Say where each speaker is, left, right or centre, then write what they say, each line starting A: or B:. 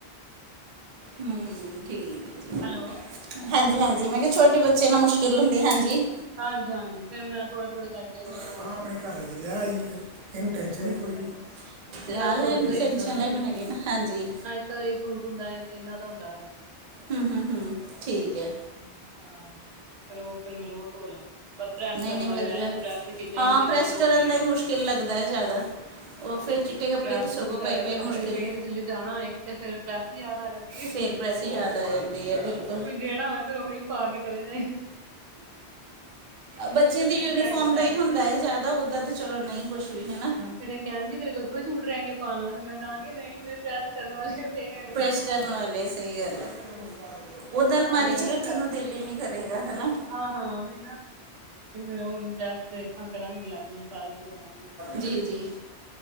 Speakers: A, on the right; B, on the right.
A: ਹਮ ਠੀਕ, ਜੀ
B: ਹੈਲੋ।
A: ਹਾਂਜੀ ਹਾਂਜੀ, ਮੈਂ ਕਿਹਾ ਛੋਟੇ ਬੱਚੇ ਨਾਲ ਮੁਸ਼ਕਿਲ ਹੁੰਦੀ, ਹਾਂਜੀ।
B: ਹਾਂਜੀ ਹਾਂਜੀ, ਫੇਿਰ ਮੈਂ ਥੋੜਾ ਥੋੜੇ ਕਰਕੇ ਰੋਜ
A: ਆਹ ਆਪਣੇ ਘਰ ਵਾਲੇ ਦੇ ਵਿਆਹ ਆਈ ਆਂ, ਇਹਨੂੰ ਟੈਂਨਸ਼ਨ
B: ਤੇ ਥੋੜੇ
A: ਹੀ ਕੋਈ
B: ਹੁੰਦੇ
A: ਨਹੀਂ
B: ਆ ਰੋਜ਼
A: ਮਜਾਲ
B: ਜਿਆਦਾ ਛੋਟੂ
A: ਆ ਟੈਨਸ਼ਨ ਲੈਣ ਹੈਗੀ ਨਾ, ਹਾਂਜੀ।
B: ਕਦੇ ਸੂਟ ਹੁੰਦਾ ਇਹਨਾਂ ਦਾ ਹੁੰਦਾ, ਬਸ
A: ਹੂੰ ਹੂੰ ਹੂੰ ਠੀਕ ਹੈ
B: ਹਾਂ ਕਰੋ ਉਹ, ਫਿਰ ਮਰੋ, ਬਸ ਪ੍ਰੈਸ
A: ਨਹੀਂ
B: ਕਰਨ
A: ਨਹੀਂ
B: ਵਾਲੇ
A: ਵਧੀਆ
B: ਰਹਿ ਜਾਂਦੇ, ਪ੍ਰੈਸ ਤੇ ਕੀਤਾ
A: ਹਾਂ
B: ਹੀ ਨੀ ਕਿੰਨੀ
A: ਪ੍ਰੈਸ
B: ਦੇਰ ਹੋ
A: ਕਰਨ
B: ਗਈ।
A: ਦਾ ਹੀ ਮੁਸ਼ਕਿਲ ਲੱਗਦਾ ਹੈ ਜ਼ਿਆਦਾ ਉਹ
B: ਹਾਂਜੀ,
A: ਫਿਰ ਚਿੱਟੇ
B: ਤੇ
A: ਕੱਪੜੇ
B: ਪ੍ਰੈਸ
A: ਸੋਗੋ
B: ਵਿਚਾਰੇ
A: ਪਏ ਪਏ
B: ਕੱਪੜੇ
A: ਮੁਸ਼ਕਿਲ
B: ਪਏ ਜੇ ਜਾਣਾ ਹੈਏ ਕਿਤੇ ਫੇਰ ਪ੍ਰੈਸ ਹੀ ਯਾਦ ਆ ਜਾਂਦੀ।
A: ਫੇਰ ਪ੍ਰੈਸ ਯਾਦ ਆ ਜਾਂਦੀ ਹੈ, ਬਿਲਕੁਲ
B: ਜਿਹੜਾ ਹੋਵੇ ਫੇਰ, ਉਹੀ ਪਾ ਕੇ ਚਲੇ ਜਾਏ।
A: ਬੱਚਿਆਂ ਦੀ
B: ਸੂਟ
A: ਯੂਨੀਫਾਰਮ
B: ਰਹਿ ਗਿਆ
A: ਦਾ
B: ਮੈਂ
A: ਹੀ
B: ਕਿਹਾ
A: ਹੁੰਦਾ
B: ਨਹੀਂ
A: ਹੈ ਜ਼ਿਆਦਾ, ਉਓਦਾਂ ਤਾਂ ਚਲੋ ਨਹੀਂ ਕੁਛ ਵੀ ਹੈਨਾ।
B: ਫਿਰ ਇਹ ਕਹਿਣਗੇ ਤੇਰੇ ਕੋਲ ਇੱਕੋ ਹੀ ਸੂਟ ਰਹਿ ਗਿਆ ਪਾਉਣ ਵਾਸਤੇ, ਮੈਂ ਕਹਾਂਗੀ ਨਹੀਂ ਮੈਂ ਪ੍ਰੈਸ ਕਰਨ ਵਾਲੇ ਪਏ ਹੋਏ ਨੇ।
A: ਪ੍ਰੈਸ ਕਰਨ ਵਾਲੇ ਸਹੀ ਗੱਲ ਹੈ,
B: ਹਾਂ,
A: ਉਹ ਦ ਅਲਮਾਰੀ
B: ਫੇਰ ਇਹ
A: 'ਚ
B: ਕਹਿੰਦੇ
A: ਰੱਖਣ
B: ਪ੍ਰੈਸ
A: ਨੂੰ ਦਿਲ ਹੀ ਨਹੀਂੀ ਕਰੇਗਾ। ਹਨਾ,
B: ਹਾਂ ਹਾਂ ਉਹੀ ਨਾ ਤੇ ਫਿਰ ਹੁਣ ਪ੍ਰੈਸ ਦੇਖਾਂ ਕਰਾਂਗੀ, ਅੱਜ ਜਾ ਕਾਲ 'ਚ ਕਰਾਂਗੀ।
A: ਜੀ ਜੀ